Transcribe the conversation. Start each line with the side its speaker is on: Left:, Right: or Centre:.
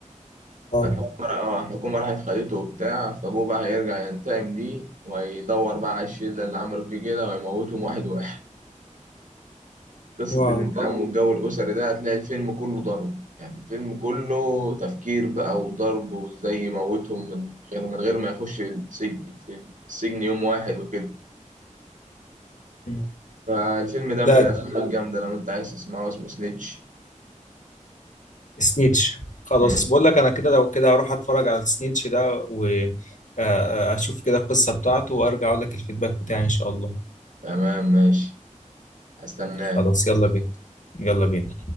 Left: واو
Right: فالحكومة اه الحكومة راحت خدته وبتاع فأبوه بقى هيرجع ينتقم ليه ويدور بقى على الشلة اللي عملوا فيه كده ويموتهم واحد واحد قصة
Left: واو
Right: الانتقام والله والجو الأسري ده هتلاقي الفيلم كله ضرب يعني الفيلم كله تفكير بقى وضرب وازاي يموتهم من غير من غير ما يخش السجن في السجن يوم واحد وكده
Left: مم.
Right: فالفيلم ده
Left: لا
Right: من الأفلام الجامدة لو أنت عايز تسمعه اسمه سنيتش
Left: سنيتش خلاص
Right: مم.
Left: بقول لك انا كده لو كده اروح اتفرج على سنيتش ده واشوف كده القصة بتاعته وارجع اقول لك الفيدباك بتاعي ان شاء الله
Right: تمام ماشي هستناه
Left: خلاص يلا بينا يلا بينا